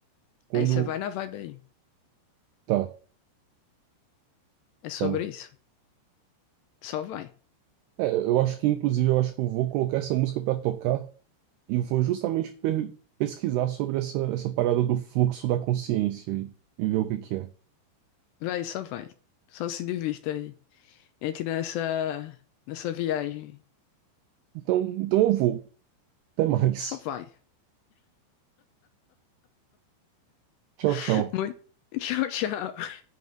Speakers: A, on the right (about 85°); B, on the left (about 80°).
A: Quando.
B: Aí você vai na vibe aí.
A: Tá,
B: É sobre
A: tá.
B: isso. Só vai.
A: É, eu acho que, inclusive, eu acho que eu vou colocar essa música pra tocar e vou justamente per- pesquisar sobre essa, essa parada do fluxo da consciência e, e ver o que que é.
B: Vai, só vai. Só se divirta aí. Entre nessa, nessa viagem.
A: Então, então eu vou. Até mais.
B: Só vai.
A: Tchau, tchau.
B: <laughs> Muito. Tchau, tchau.